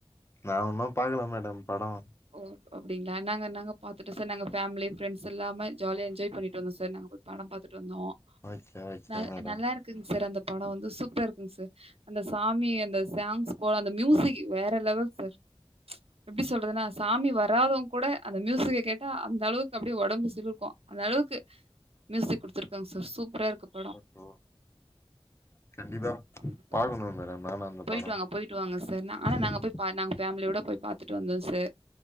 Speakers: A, on the left; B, on the right.
A: நா ஒன்னு பாக்கல மேடம் படொ
B: ஓ அப்டிங்களா நாங்க நாங்க பாத்துட்டு சார் நா ஃபேமிலி ஃப்ரெண்ட்ஸ் எல்லாம ஜாலியா என்ஜாய் பண்ணிட்டு வந்தோ சார் நா போய் படொ பாத்துட்டு வந்தோ
A: ஓகே ஓகே
B: நல்
A: மேடம்
B: நல்லா இருக் க்குங்க சார் அந்த படொ வந்து சூப்பரா இருக்குங்க சார் அந்த சாமி அந்த சாங்ஸ் போல அந்த மியூசிக் வேற லெவல் சார் எப்டி சொல்றதுனா சாமி வராதவங் கூட அந்த மியூசிக்க கேட்டா அந்த அளவுக்கு அப்டியே ஒடம்பு சிலுக்கு அந்த அளவுக்கு மியூசிக் குடுத்ருக்காங்க சார் சூப்பரா இருக்குப் படொ
A: ஓ கண்டிப்பா
B: <unintelligible>
A: பாக்கணு மேடொ நானு அந்த
B: போயிட்டு
A: படோ
B: வாங்க போயிட்டு வாங்க சார் ஆனா
A: ம்
B: நாங்க போய் பா நாங்க ஃபேமிலியோட போய் பாத்துட்டு வந்தோ சார்